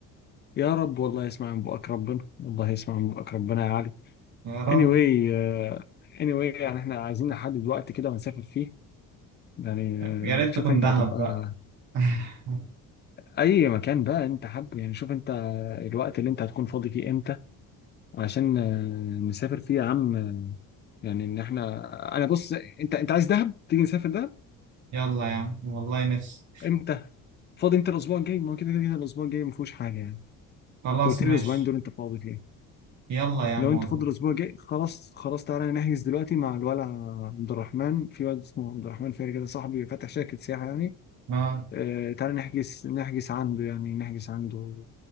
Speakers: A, on the left (about 30°); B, on the right (about 55°).
A: يا رب والله يسمع من بقك ربنا والله يسمع من بقك ربنا يا علي
B: يا رب
A: anyway آه، anyway يعني احنا عايزين نحدد وقت كده ونسافر فيه يعني
B: يا ريت
A: آه، شوف
B: تكون
A: انت
B: دهب
A: هتبقى
B: بقى <laughs>
A: اي مكان بقى انت حابب يعني شوف انت الوقت اللي انت هتكون فاضي فيه امتى عشان آه، نسافر فيه يا عم آه، يعني ان احنا انا بص انت انت عايز دهب تيجي نسافر دهب
B: يلا يا عم والله نفسي
A: امتى فاضي انت الاسبوع الجاي ما هو كده كده الاسبوع الجاي ما فيهوش حاجه يعني
B: خلاص
A: انت قلت لي
B: ماشي
A: الاسبوعين دول انت فاضي فيه
B: يلا يا عم
A: لو
B: والله
A: انت فاضي الاسبوع الجاي خلاص خلاص تعالى نحجز دلوقتي مع الولع عبد الرحمن في واد اسمه عبد الرحمن فاري كده صاحبي فاتح شركه سياحه يعني
B: اه
A: آه تعالى نحجز نحجز عنده يعني نحجز عنده